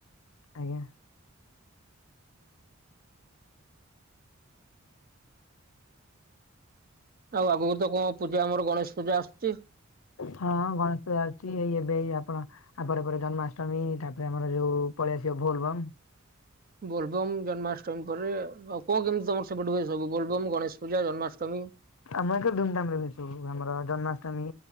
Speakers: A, on the left; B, on the right.
A: ଆଜ୍ଞା।
B: ଆଉ ଆଗକୁ ତ କଣ ପୂଜା ଆମର ଗଣେଶ ପୂଜା ଆସୁଛି।
A: ହଁ ଗଣେଶ ପୂଜା ଆସୁଚି ଏଇ ଏବେ ଏଇ ଆପଣ ଆ ପରେ ପରେ ଜନ୍ମାଷ୍ଟମୀ ତାପରେ ଆମର ଯୋଉ ପଳେଇଆସିବ ବୋଲବମ।
B: ବୋଲବମ୍ ଜନ୍ମାଷ୍ଟମୀ ପରେ ଆଉ କଣ କେମିତି ତମର ସେପଠୁ ହୁଏ ସବୁ ବୋଲବମ ଗଣେଶ ପୂଜା ଜନ୍ମାଷ୍ଟମୀ।
A: ଆମ ଏକ ଧୁମଧାମରେ ମିଶିବୁ ଆମର ଜନ୍ମାଷ୍ଟମୀ